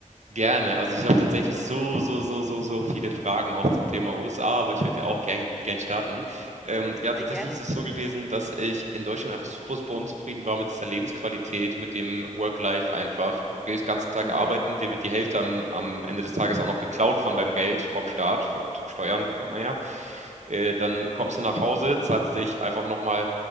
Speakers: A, on the right; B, in the centre.
A: gerne. Also ich habe tatsächlich so, so, so, so, so viele Fragen auch zum Thema USA, aber ich würde auch gern, gern starten. Ähm, ja, tatsächlich
B: Sehr gerne.
A: ist es so gewesen, dass ich in Deutschland einfach super, super unzufrieden war mit dieser Lebensqualität, mit dem Work-Life einfach. Du gehst den ganzen Tag
B: Mhm.
A: arbeiten, dir wird die Hälfte am, am Ende des Tages auch noch geklaut von deinem Geld, vom Staat, von Steuern, kennt man ja. Äh, dann kommst du nach Hause, zahlst dich einfach nochmal